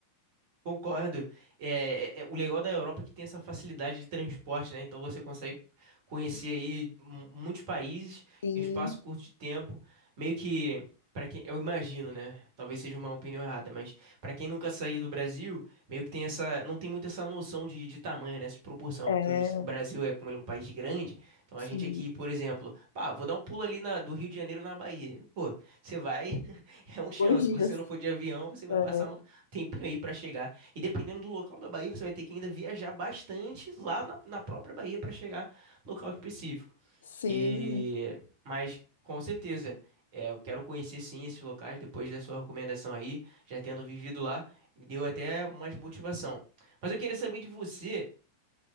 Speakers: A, on the right (about 50°); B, on the left (about 65°).
A: Concordo. É, é- é- o legal da Europa é que tem essa facilidade de transporte, né? Então você consegue conhecer aí mu- muitos países
B: Sim,
A: em um espaço curto de tempo. Meio que, para quem, eu imagino, né? Talvez seja uma opinião errada, mas para quem nunca saiu do Brasil, meio que tem essa, não tem muito essa noção de, de tamanho, né? De proporção,
B: é,
A: porque hoje o Brasil é como ele é um país grande. Então
B: sim.
A: a gente aqui, por exemplo, pá, vou dar um pulo ali na- do Rio de Janeiro na Bahia. Pô, você vai, <laughs> é um chão.
B: Dois dias.
A: Se você não for de avião, você vai
B: É,
A: passar um tempinho aí para chegar. E dependendo do local da Bahia, você vai ter que ainda viajar bastante lá na, na própria Bahia para chegar no local específico.
B: sim.
A: E mas com certeza, é, eu quero conhecer sim esses locais depois da sua recomendação aí, já tendo vivido lá, me deu até mais motivação. Mas eu queria saber de você,